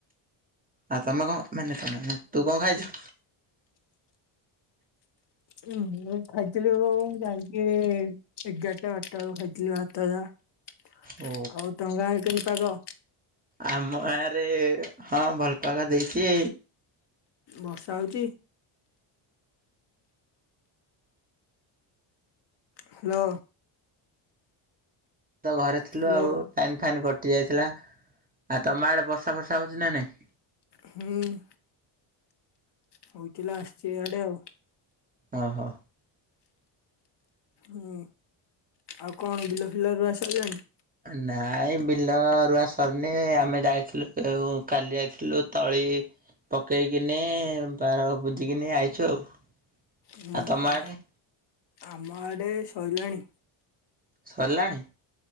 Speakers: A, on the right; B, on the left.
A: ଆଉ ତମେ କଣ ମାନେ ତମେ ତୁ କଣ ଖାଇଛୁ?
B: ହୁଁ ମୁଁ ଖାଇଥିଲି ଆ ଯାଇକି ଏଗାରଟା ବାରଟା ବେଳକୁ ଖାଇଥିଲି ଭାତ ଯାହା।
A: ଓ
B: ଆଉ ତମ ଆଡେ କେମିତି ପାଗ?
A: ଆମ ଗାଁ ରେ ହଁ ଭଲ ପାାଗ ଦେଇଛି।
B: ବର୍ଷା ହଉଚି? ହାଲୋ।
A: ତ ଘରେ ଥିଲୁ
B: ହ୍ୟାଲୋ
A: ଆଉ ଟାଇନ୍ ଫାଇନ୍ କ ଟି ଯାଇଥିଲା ଆଉ ତମ ଆଡେ ବର୍ଷା ଫର୍ଷା ହଉଛି ନା ନାଇଁ?
B: ହୁଁ। ହଉଥିଲା ଆସିଛି ଇଆଡେ ଆଉ।
A: ଓ ହୋ।
B: ହୁଁ ଆଉ କଣ ବିଲ ଫିଲ ରୁଆ ସଇଲାଣି?
A: ନାଇଁ ବିଲ ରୁଆ ସରିନି ଆମେ ଯାଇଥିଲୁ କାଲି ଯାଇଥିଲୁ ତଳି ପକେଇକିନି ବାର ବୁଝିକିନି ଆଇଛୁ ଆଉ। ଆଉ
B: ହୁଁ
A: ତମ
B: ହୁଁ
A: ଆଡ଼େ?
B: ଆମ ଆଡ଼େ ସଇଲାଣି।
A: ସରିଲାଣି?